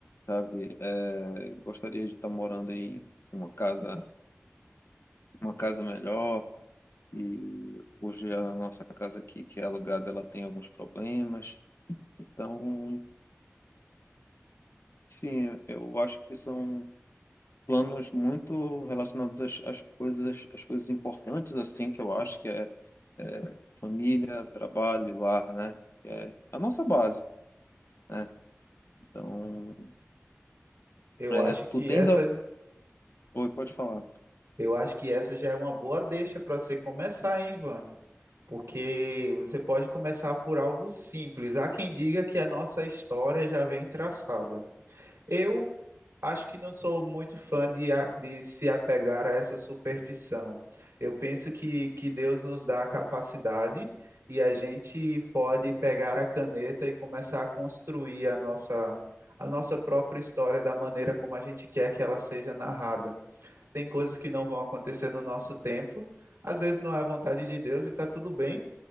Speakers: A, on the left; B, on the right.
A: sabe? É, gostaria de estar morando em uma casa, uma casa melhor. E hoje a nossa casa aqui, que é alugada, ela tem alguns problemas. Então, Sim, eu acho que são planos muito relacionados às, às coisas, às coisas importantes, assim, que eu acho que é, é família, trabalho, lar, né? Que é a nossa base, né? Então,
B: Eu
A: é,
B: acho
A: tu
B: que
A: tens...
B: essa
A: a- Oi, pode falar.
B: Eu acho que essa já é uma boa deixa para você começar, hein, Ivan? Porque você pode começar por algo simples. Há quem diga que a nossa história já vem traçada. Eu acho que não sou muito fã de, a- de se apegar a essa superstição. Eu penso que, que Deus nos dá a capacidade e a gente pode pegar a caneta e começar a construir a nossa, a nossa própria história da maneira como a gente quer que ela seja narrada tem coisas que não vão acontecer no nosso tempo. Às vezes não é a vontade de Deus e está tudo bem.